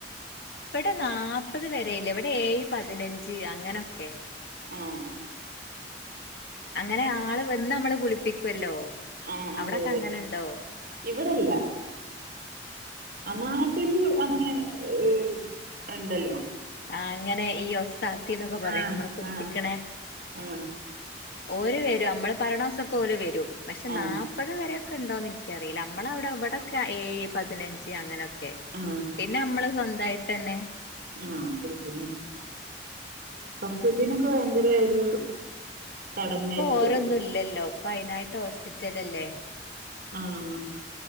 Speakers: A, on the left; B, on the right.
A: ഇവിടെ നാപ്പ മുപ്പത് വരെല്ലേ. ഇവിടെ ഏഴ് പതിനഞ്ച് അങ്ങനൊക്കെ
B: ആഹ്
A: അങ്ങനെ ആൾ വന്നു നമ്മളെ കുളിപ്പിക്കുവല്ലോ
B: ആ അതെ
A: അവിടൊക്കെ
B: അതെ
A: അങ്ങനെണ്ടോ
B: ഇവിടെ അല്ല ആ നാട്ടില് അങ്ങനെ ഏ എണ്ടല്ലോ
A: ആ അങ്ങനെ ഈ ഒസാത്തിന്നൊക്കെ പറയാം
B: ആ
A: നമ്മളെ കുളിപ്പിക്കണേ
B: ആ ആ
A: ഓര് വരും നമ്മള് പരണോസൊക്കെ ഓല് വരും പക്ഷെ
B: ആ
A: നാല്പ്പത് വരെ ക്കൊ ഉണ്ടോന്ന് ഇൻക്കറിയില്ല. അമ്മളവിടെ ഇവിടക്കെ ഏഴ് പതിനഞ്ച് അങ്ങനക്കെ കെ
B: ആ
A: പിന്നെ അമ്മള് സ്വന്തായിട്ട്ന്നെ
B: ആഹ് കുളിക്കുലെ. ഫസ്റ്റ്തത്തിനൊക്കെ ഭയങ്കര ഒരു ചടങ്ങായിരിക്കുമല്ലോ
A: ഇപ്പൊ ഓരോന്നുല്ലല്ലോ. പ്പയ്നായിട്ട് ഹോസ്പിറ്റലല്ലേ
B: ആഹ്